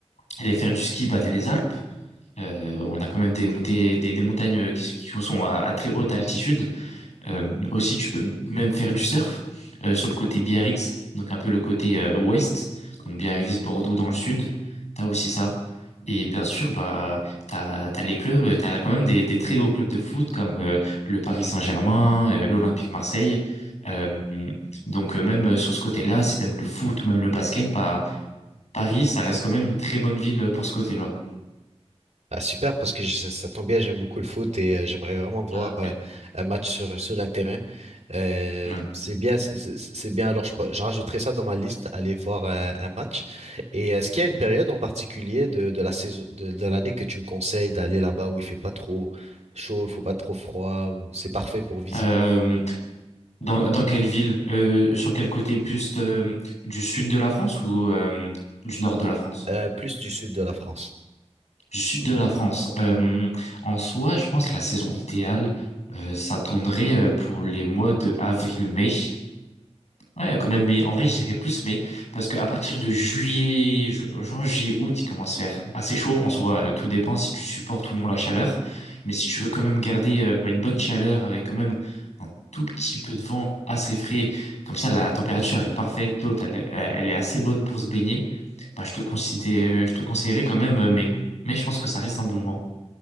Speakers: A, on the left; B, on the right.
A: aller faire du ski, bah, tu as les Alpes. Euh, on a quand même des montées, des, des montagnes qui, qui sont à, à très haute altitude. Euh, aussi, tu peux même faire du surf euh, sur le côté Biarritz, donc un peu le côté euh, ouest, donc Biarritz, Bordeaux dans le sud. T'as aussi ça. Et bien sûr, bah, t'as, t'as les clubs, t'as quand même des, des très gros clubs de foot comme euh, le Paris Saint-Germain, euh, l'Olympique Marseille. Euh, donc euh, même euh, sur ce côté-là, si t'aimes le foot ou même le basket, bah, Paris, ça reste quand même une très bonne ville pour ce côté-là.
B: Ah, super, parce que je- ça, ça tombe bien, j'aime beaucoup le foot et euh, j'aimerais vraiment voir
A: Ah, ok.
B: euh, un match sur, sur un terrain. Euh,
A: Mm.
B: c'est bien, c'est c'est bien. Alors, je, peux- je rajouterai ça dans ma liste, aller voir euh, un match. Et euh, est-ce qu'il y a une période en particulier de, de la saison, de, de l'année que tu me conseilles d'aller là-bas où il fait pas trop chaud, il faut pas trop froid, où c'est parfait pour visiter?
A: Euh, Dans, dans quelle ville? Euh, sur quel côté? Plus euh, du sud de la France ou euh, du nord de la France?
B: Euh, plus du sud de la France.
A: Du sud de la France. Euh, en soi, je pense que la saison idéale, euh, ça tournerait euh, pour les mois de avril-mai. Ouais, quand même, mais en vrai, je dirais plus, mais parce qu'à partir de juillet, ju- juin, juillet, août, il commence à faire assez chaud. En soi, euh, tout dépend si tu supportes ou non la chaleur. Mais si tu veux quand même garder euh, bah, une bonne chaleur avec quand même un tout petit peu de vent assez frais, comme ça, la température, elle est parfaite, l'eau, elle, est elle est assez bonne pour se baigner, bah, je te conseillerais, je te conseillerais quand même euh, mai. Mais je pense que ça reste un bon mois.